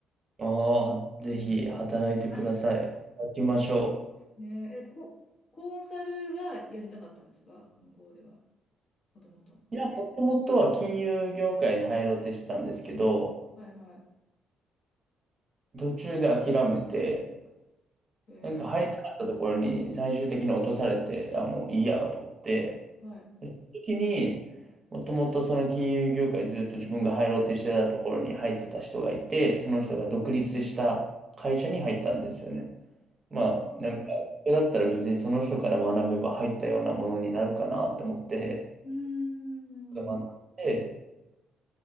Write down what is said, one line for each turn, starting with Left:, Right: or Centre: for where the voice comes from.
Right: ああ、ぜひ働いてください。
Left: はい
Right: 働きましょ
Left: ねえ、えこコンサルがやりたかったんですか向こうでは。もともと。
Right: う。いや、もともとは金融業界に入ろうとしてたんですけど、
Left: はいは
Right: 途中で諦めて、
Left: い。えー、
Right: なんか入りたかったところに最終的に落とされて、あ、もういいやと思って、
Left: はい。
Right: でその時に、もともとその金融業界ずっと自分が入ろうとしてたところに入ってた人がいて、その人が独立した会社に入ったんですよね。まあ、
Left: ああ、
Right: なんか、ここだったら別にその人から学べば入ったようなものになるかなと思って、
Left: うーん。
Right: で学んで、